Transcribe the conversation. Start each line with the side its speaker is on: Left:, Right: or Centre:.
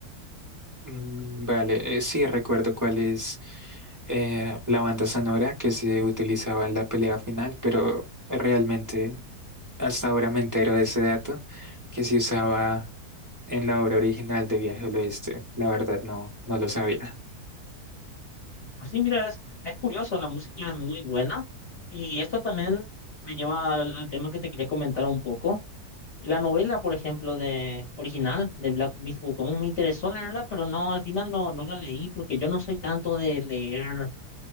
Right: Mm, Vale, eh, sí, recuerdo cuál es eh, la banda sonora que se utilizaba en la pelea final, pero realmente hasta ahora me entero de ese dato, que se usaba en la obra original de Viaje al Oeste. La verdad no, no lo sabía.
Left: Pues sí, mira, es, es curioso, la música es muy buena y esto también me lleva al, al tema que te quería comentar un poco. La novela, por ejemplo, de original de Black Myth Wukong me interesó leerla, pero no, al final no, no la leí porque yo no soy tanto de leer